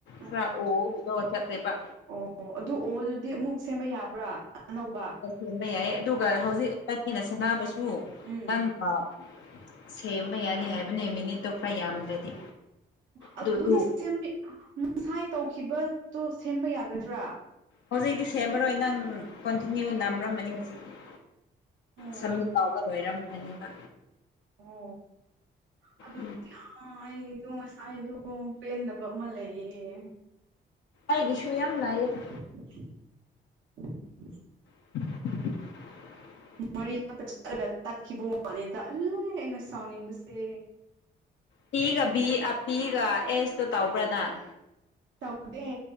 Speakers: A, on the left; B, on the right.
A: ꯈ꯭ꯔꯥ
B: ꯑꯣ
A: ꯑꯣꯒꯤꯗꯣ ꯆꯠꯂꯦꯕ
B: ꯑꯣ ꯑꯗꯨ ꯑꯣ ꯗꯨꯗꯤ ꯑꯃꯨꯛ ꯁꯦꯡꯕ ꯌꯥꯕ꯭ꯔꯥ ꯑꯥ ꯑꯅꯧꯕ?
A: ꯍꯣꯏ ꯁꯦꯝꯕ ꯌꯥꯏꯌꯦ ꯑꯗꯨꯒ ꯍꯧꯖꯤꯛ ꯏꯕꯟꯅꯤꯅ ꯁꯅꯥꯕꯁꯨ
B: ꯎꯝ
A: ꯅꯪ ꯑꯥ ꯁꯦꯝꯕ ꯌꯥꯅꯤ ꯍꯥꯏꯕꯅꯦ ꯃꯤꯅꯤꯠꯇꯣ ꯈꯔ ꯌꯥꯝꯗ꯭ꯔꯗꯤ
B: ꯑꯣ
A: ꯑꯗꯨ
B: ꯑꯗꯨꯗꯤ
A: ꯑꯗꯨ
B: ꯁꯦꯝꯃꯤꯠ <unintelligible> ꯉꯁꯥꯏ ꯇꯧꯈꯤꯕꯇꯣ ꯁꯦꯝꯕ ꯌꯥꯒꯗ꯭ꯔꯥ?
A: ꯍꯧꯖꯤꯛꯗꯤ ꯁꯦꯝꯃꯔꯣꯏ ꯅꯪ ꯀꯣꯟꯇꯤꯅ꯭ꯌꯨ ꯅꯝꯔꯝꯃꯅꯤ ꯍꯧꯖꯤꯛꯇꯤ
B: ꯑꯣ
A: ꯁꯝꯃꯤꯠ ꯇꯧꯕ ꯂꯣꯏꯔꯝ ꯈ꯭ꯔꯅꯤꯕ
B: <unintelligible> ꯑꯗꯨꯗꯤ
A: ꯎꯝ
B: ꯌꯥ ꯑꯩꯗꯣ ꯉꯁꯥꯏꯗꯣ ꯄꯦꯟꯗꯕ ꯑꯃ ꯂꯩꯌꯦ
A: ꯑꯩꯒꯤꯁꯨ ꯌꯝ ꯂꯩꯌꯦꯗ
B: <inaudible>
A: <inaudible>
B: ꯃꯔꯤꯉꯛꯇ ꯆꯠꯂꯒ ꯇꯠꯈꯤꯕ ꯋꯟꯅꯦꯗ ꯑꯥꯜꯂꯩ ꯑꯩꯅ ꯁꯥꯎꯅꯤꯡꯕꯁꯤ
A: ꯄꯤ ꯒꯥ ꯕꯤ ꯑꯥꯞꯄꯤꯒ ꯑꯦꯁꯇꯣ ꯇꯧꯕ꯭ꯔꯥ ꯅꯪ?
B: ꯇꯧꯗꯦ